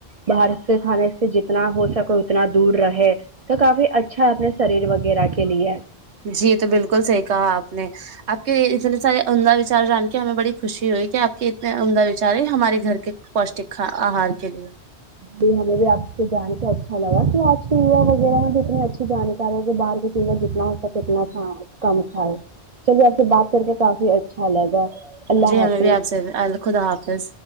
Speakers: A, on the right; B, on the right.
A: باہر کے کھانے سے جتنا ہو سکے اتنا دور رہے تو کافی اچھا اپنے شریر وغیرہ کے لیے
B: جی تو بالکل صحیح کہا آپ نے آپ کے اتنے سارے عمدہ وچار جان کے ہمیں بڑی خوشی ہوئی کہ آپ کے اتنے عمدہ وچار ہے ہمارے گھر کے پوشٹک کھا ا ہر کے
A: ج ہمیں بھی آپ سے جان کو اچھا لگا کہ آج کے یوا وغیرہ میں بھی اتنی اچھی جانکاری کہ باہر کے ہے جتنا ہو سکے اتنا کم کھائے چلیے آپ سے بات کر کے کافی اچھا لگا اللہ
B: جی ہمیں
A: حافظ
B: بھی آپ سے ال خدا حافظ